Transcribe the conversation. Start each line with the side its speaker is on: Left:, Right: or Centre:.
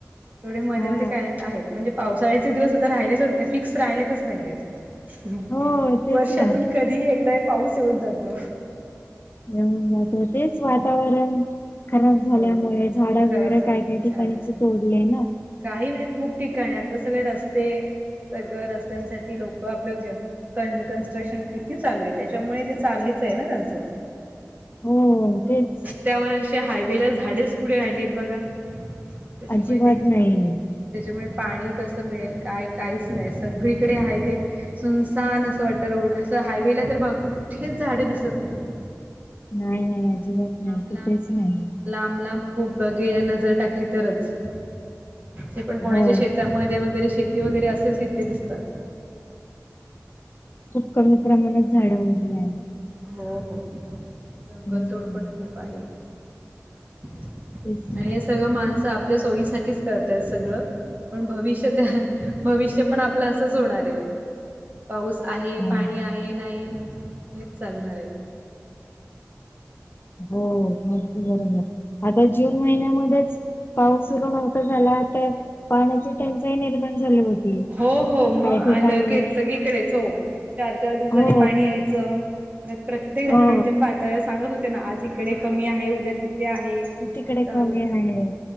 Right: थोडे मध्ये
Left: हा
Right: मध्ये का आहेत म्हणजे पावसाळ्याचे दिवस आता राहिलेच नाही फिक्स राहिलेच नाही आहेत
Left: हो तेच
Right: वर्षातून
Left: ना
Right: कधी एकदा पाऊस येऊन जातो
Left: येऊन जात हो तेच वातावरण खराब झाल्यामुळे
Right: हो
Left: झाडं
Right: खराब
Left: बिड
Right: झा
Left: काय काही
Right: झाड
Left: ठिकाणीचे तोडले ना
Right: काही म्हणजे खूप ठिकाणी आता सगळे रस्ते सगळं रस्त्यांसाठी लोक आपलं क कन्स्ट्रक्शन किती चालू आहे त्याच्यामुळे ते चाल हेच आहे ना त्यांचं
Left: हो तेच
Right: त्यावर अे हायवे ला झाडेच कुठे राहिली आहेत बघा त्याच्यामुळे
Left: अजिबात
Right: ते
Left: नाही
Right: त्याच्यामुळे पाणी कसं मिळेल काय काहीच नाही सगळीकडे आहे ते सुनसान असं वाटत रोड अस हायवेला तर बघ कुठेच झाड दिसत नाही
Left: नाही नाही अजिबात नाही
Right: लांब
Left: कुठेच नाही.
Right: लांब लांब खूप बघे नजर टाकली तरच ते. पण कोणाच्या
Left: हो
Right: शेतामध्ये वगैरे शेती वगैरे असेल तिथे दिसतात.
Left: खूप कमी प्रमाणात झाडं उरली आहेत.
Right: हो हो जंगलतोड
Left: हम्म
Right: पण खूप आहे. आणि
Left: तेच ना
Right: हे सगळं माणसं आपल्या सोयीसाठीच करताय सगळं. पण भविष्य त्या भविष्य पण आपलं असंच होणार आहे. पाऊस आहे
Left: हा
Right: पाणी आहे नाही हेच चालणार आहे.
Left: हो आगदी बरोबर आता जून महिन्यामध्येच. पाऊस सुरू नव्हता झाला. तर पाण्याची टंचाई निर्माण झाली होती
Right: हो हो मग
Left: काही ठिकाणी
Right: लगेच सगळीकडेच हो चार चार दिवसाांनी
Left: हो
Right: पाणी यायचं पण प्रत्येक धरणांच्या
Left: हो
Right: पा तर सांगत होते ना आज इकडे कमी आहे उद्या तिथे आहे.
Left: तिकडे
Right: चालूच.
Left: कमी आहे.